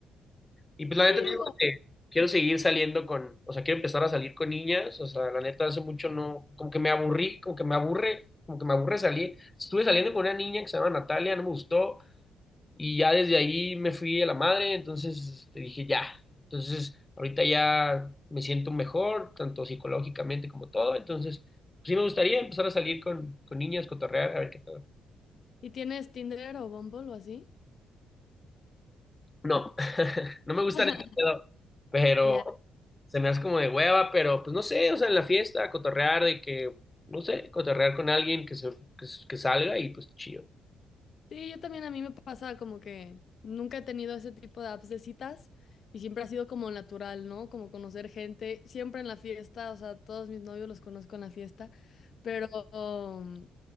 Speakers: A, on the left (about 20°); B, on the left (about 55°).
A: Y pues la neta,
B: sí,
A: te
B: digo.
A: digo que quiero seguir saliendo con, o sea, quiero empezar a salir con niñas, o sea, la neta hace mucho no, como que me aburrí, como que me aburre, como que me aburre salir. Estuve saliendo con una niña que se llama Natalia, no me gustó, y ya desde ahí me fui a la madre, entonces te dije ya. Entonces, ahorita ya me siento mejor, tanto psicológicamente como todo, entonces, pues, sí me gustaría empezar a salir con, con niñas, cotorrear, a ver qué tal.
B: ¿Y tienes Tinder o Bumble o así?
A: No, <laughs> no me gustan
B: <laughs>
A: ese pedo, pero
B: Ya.
A: se me hace como de hueva, pero pues no sé, o sea, en la fiesta, cotorrear de que, no sé, cotorrear con alguien que, se, que, que salga y pues chido.
B: Sí, yo también a mí me pasa como que nunca he tenido ese tipo de apps de citas y siempre ha sido como natural, ¿no? Como conocer gente, siempre en la fiesta, o sea, todos mis novios los conozco en la fiesta, pero, um,